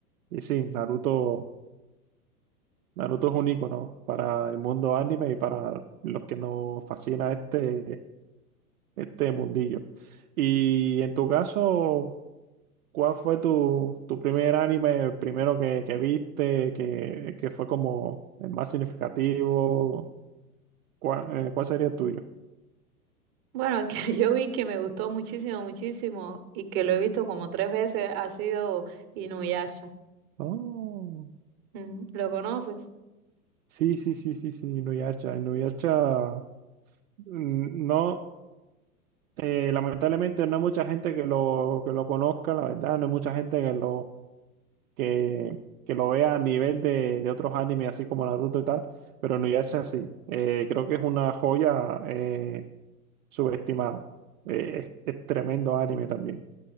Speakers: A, on the right; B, on the right.
A: y sí, Naruto. Naruto es un icono para el mundo anime y para los que nos fascina este, este mundillo. Y en tu caso, ¿cuál fue tu, tu primer anime, el primero que, que viste, que, que fue como el más significativo? ¿Cuál, eh, cuál sería el tuyo?
B: Bueno, <laughs> que yo vi que me gustó muchísimo, muchísimo y que lo he visto como tres veces ha sido Inuyasha.
A: Oh,
B: Mm, ¿Lo conoces?
A: sí, sí, sí, sí, sí, Inuyasha. Inuyasha, mm, no, eh, lamentablemente no hay mucha gente que lo, que lo conozca, la verdad, no hay mucha gente que lo que, que lo vea a nivel de, de otros animes, así como Naruto y tal, pero no es así. Eh, creo que es una joya eh, subestimada. Eh, es, es tremendo anime también.